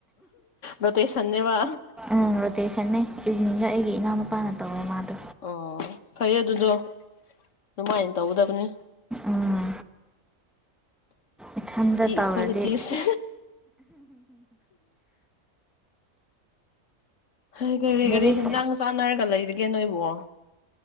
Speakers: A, on the left; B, in the centre.
A: ꯂꯣꯇꯦꯁꯟꯅꯦꯕ
B: ꯎꯝ ꯔꯣꯇꯦꯁꯟ ꯅꯦ ꯏꯚꯅꯤꯡꯗ ꯑꯩꯒꯤ ꯏꯅꯥꯎ ꯅꯄꯥꯅ ꯇꯧꯋꯦ ꯃꯥꯗꯣ
A: ꯑꯣ ꯐꯩ ꯑꯗꯨꯗꯣ ꯑꯗꯨꯃꯥꯏꯅ ꯇꯧꯒꯗꯕꯅꯤ
B: ꯎꯝ ꯏꯊꯟꯗ
A: ꯇꯤ
B: ꯇꯧꯔꯗꯤ
A: ꯏꯀ꯭ꯋꯥꯂꯤꯇꯤꯁ ꯍ ꯀꯔꯤ
B: ꯂꯥꯏꯔꯤꯛ
A: ꯀꯔꯤ ꯍꯟꯖꯥꯡ ꯆꯥꯟꯅꯔꯒ ꯂꯩꯔꯤꯒꯦ ꯅꯣꯏ ꯋꯥ